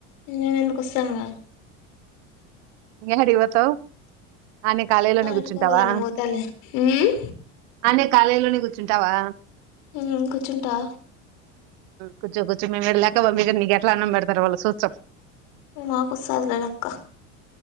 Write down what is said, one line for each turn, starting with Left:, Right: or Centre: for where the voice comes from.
Left: నేను ఎందుకు వస్తాను గా
Right: ఏహాడికి పోతావ్ ఆనే కాలేజీలోనే
Left: యాడికో
Right: కూర్చుంటావా
Left: ఒకదానికి పోతాలే ఉమ్
Right: ఆనే కాలేజీలోనే కూర్చుంటావా
Left: ఉ కూర్చుంటా
Right: కూర్చో కూర్చో మేము ఇక్కడ లేకపోతే నీక ఎట్ల అన్నం పెడారు వాళ్ళు చూస్తాం
Left: మాక్ వస్తాది లేనక్క